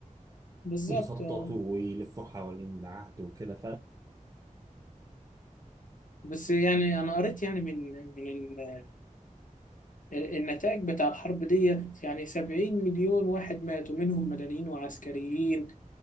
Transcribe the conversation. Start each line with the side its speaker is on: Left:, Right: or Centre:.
Left: بالظبط
Right: يخططوا
Left: آه.
Right: ويلفوا حوالين العهد وكده
Left: بس يعني انا قريت يعني من من ال- النتائج بتاع الحرب ديت يعني 70 مليون واحد ماتوا منهم مدنيين وعسكريين